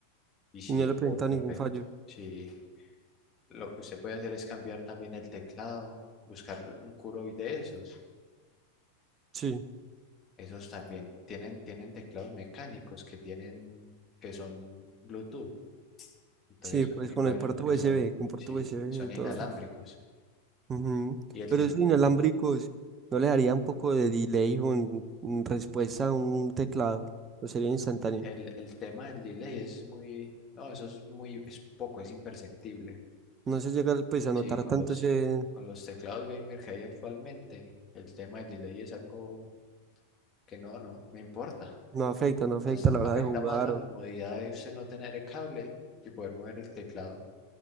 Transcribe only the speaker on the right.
Y no le he presentado
ningún fallo.
Sí,
sí, pues
con
el puerto
USB,
con puerto
USB,
todo.
Ujú.
Pero
esos inalámbricos, ¿no le daría un poco de delay o en- en respuesta a un teclado? ¿O sería instantáneo?
No se llega pues a
notar
tanto
ese...
No afecta, no afecta
a la hora
de jugar.
O...